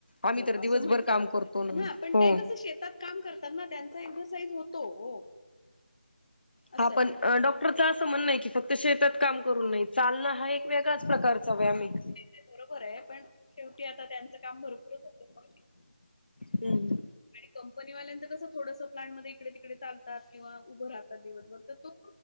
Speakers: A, on the left; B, on the left.
A: आम्ही
B: हो
A: तर
B: असं
A: दिवसभर
B: म्हणतात
A: काम करतो ना
B: हा पण
A: हो.
B: ते कसं शेतात काम करतात ना त्यांचं एक्सरसाइज होतो हो असं
A: हा पण
B: आहे
A: डॉक्टरचा असं म्हणणं की फक्त शेतात काम करून नाही चालणं हा एक वेगळ्याच प्रकारचा व्यायाम हे
B: ते बरोबर आहे पण शेवटी आता त्यांचं काम भरपूरच होत
A: हम्म
B: आणि कंपनी वाल्यांच कसं थोडस प्लांट मध्ये इकडे तिकडे चालतात किंवा उभं राहत तात दिवसभर तर तो